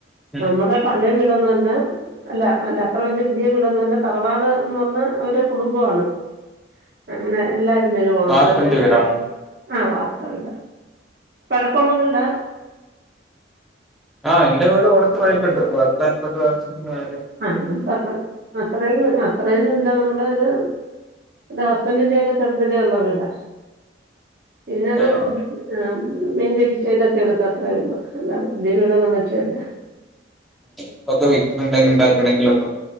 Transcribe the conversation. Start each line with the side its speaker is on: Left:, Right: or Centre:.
Centre: ഉം
Right: നമ്മുടെ പഴയ വീടന്നോ അല്ല അല്ല അല്ല അത്ര വല്യ പുതിയ വീടൊന്നും അല്ല തറവാട് എന്ന് പറഞ്ഞ അവരുടെ കുടുംബമാണ് അങ്ങനെ എല്ലാരും വരും ഓണത്തിന്
Centre: വാർപ്പിന്റെ
Right: അത്
Centre: വീടാണോ
Right: <unintelligible> ആ വാർത്ത ഇട പഴക്കമുള്ള വീടാ
Centre: ആ എന്റെ വീട് കുറച്ച് പഴക്കണ്ട് പത്ത് അൻപത് വർഷത്തിന് മേല്
Right: ആ നമുക്ക് അത്ര അത്ര അത്രയൊന്നും ഇല്ല നമ്മുടെ ഒരു ഹസ്ബൻഡിന്റെ ഒക്കെ ചെറുതലുള്ള വീടാ പിന്നെത്
Centre: ആഹ്
Right: പുതി ആ മെയിന്റയിൻസ്റ്റ് ചെയ്തൊക്കെ എടുത്തത്രേ ഉള്ളൂ അല്ലാതെ പുതിയ വീടൊന്നും വെച്ച അല്ല
Centre: ഇപ്പൊക്കെ വെ <unintelligible> ഉണ്ടാക്കണെങ്കിലൊക്കെ